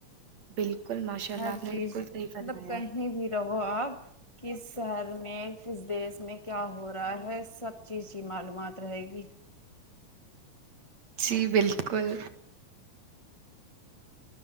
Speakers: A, on the right (about 60°); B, on the left (about 20°).
A: بالکل ماشاء اللہ
B: ہر
A: آپ
B: چیز
A: نے بالکل صحیح فرمایا
B: مطلب کہیں بھی رہو آپ کس شہر میں کس دیش میں کیا ہو رہا ہے سب چیز کی معلومات رہے گی
A: جی بالکل